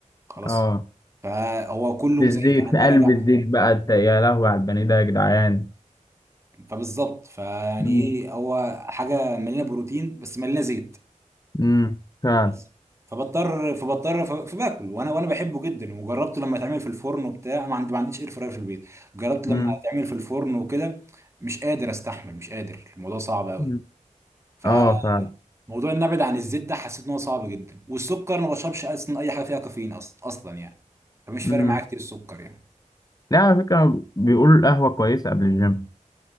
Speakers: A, on the right; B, on the left.
A: خلاص
B: اه
A: فهو كله
B: في
A: مزيت
B: الزيت
A: انا
B: في
A: بقى
B: قلب
A: راجع
B: الزيت بقى انت يا لهوي على البني ده يا جدعان
A: فبالظبط فيعني
B: امم
A: ايه هو حاجه مليانه بروتين بس مليانه زيت
B: امم فعلا
A: خلاص فبضطر فبضطر ف- فباكل وانا وانا بحبه جدا وجربته لما يتعمل في الفرن وبتاع ما عندي ما عنديش اير فراير في البيت جربت لما
B: امم
A: يتعمل في الفرن وكده مش قادر استحمل مش قادر الموضوع صعب قوي
B: أمم.
A: فموضوع
B: اه فعلا
A: ان ابعد عن الزيت ده حسيت ان هو صعب جدا والسكر انا ما بشربش اصلا اي حاجه فيها كافيين اصلا اصلا يعني فمش فارق
B: امم
A: معايا كتير السكر يعني
B: لا على فكره بيقولوا القهوه كويسه قبل الجيم